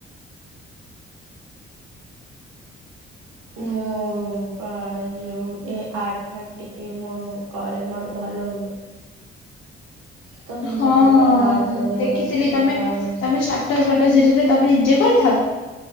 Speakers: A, on the right; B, on the left.
A: ମୁଁ ପା ଯୋଉ ଏ ଆଠ ଫାଟ ଟିକେ ମୋ କରେ ମୋର ଭଲ ହୁଏ।
B: <inaudible>
A: ତ ମୁଁ
B: ହଁ
A: ସେଥିପାଇଁ
B: ହଁ
A: ଆର୍ଟ କରିବା
B: ଦେଖିଥିଲି,
A: ବସିକି
B: ତମେ
A: କରେ
B: ତମେ ଷ୍ଟାଟସ୍ ଭାଟସ୍ ସିରିରେ ତମେ ନିଜେ କରିଥାଅ?